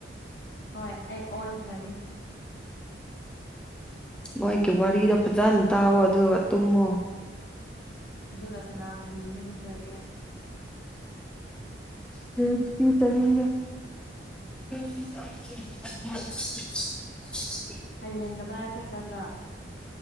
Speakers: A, on the left; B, in the centre.
A: ꯍꯣꯏ ꯑꯩ ꯑꯣꯟꯈ꯭ꯔꯅꯤ
B: ꯃꯣꯏꯒꯤ ꯋꯥꯔꯤꯗ ꯐꯖꯅ ꯇꯥꯎꯑꯣ ꯑꯗꯨꯒ ꯇꯨꯝꯃꯣ
A: ꯑꯗꯨꯒ ꯁꯅꯥꯃꯍꯤ ꯅꯤꯡꯈ꯭ꯔꯒꯦ
B: ꯐ ꯀꯨ ꯆꯦ <unintelligible> <inaudible>
A: ꯍꯌꯦꯡꯒꯗꯥꯏ ꯆꯠꯀꯗ꯭ꯔꯥ